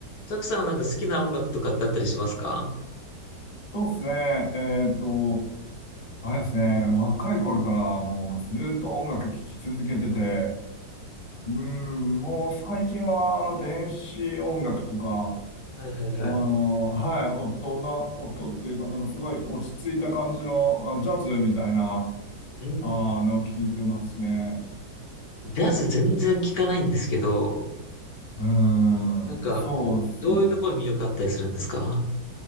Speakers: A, on the left; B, on the left.
A: ザクさんはなんか好きな音楽とかってあったりしますか
B: そうですね。えっと、あれですね。若い頃からもうずっと音楽聴き続けてて、うん、もう最近はあの電子音楽とか、
A: はいはいはい。
B: あの、はい、音の、音っていうかなんかすごい落ち着いた感じのあジャズみたいな、
A: ん
B: あの、聴いてますね。
A: ジャズ全然聞かないんですけど、
B: うん、
A: なんか、
B: そうですね。
A: どういうところに魅力あったりするんですか